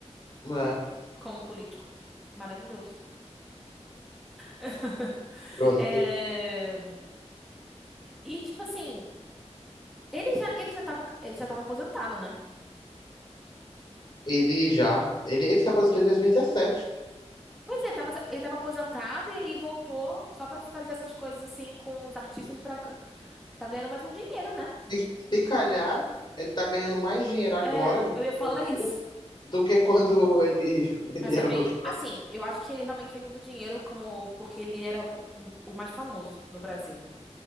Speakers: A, on the left; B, in the centre.
A: né?
B: Como político. Maravilhoso. <laughs>
A: Pronto.
B: É, E tipo assim, ele já ele já tava, ele já tava aposentado, né?
A: Ele já, ele, ele se aposentou em 2017.
B: Pois é, ele tava, ele tava aposentado e aí voltou só pra ficar fazendo essas coisas assim com os artistas para tá ganhando mais um dinheiro, né?
A: Se, se calhar, ele tá ganhando mais dinheiro agora,
B: É,
A: né, com
B: eu ia falar
A: bobeira,
B: <laughs> isso.
A: do que quando ele, <laughs> ele
B: Mas é
A: era
B: bem,
A: profissional.
B: assim, eu acho que ele realmente fez muito dinheiro como porque ele era o, um- o mais famoso do Brasil, né?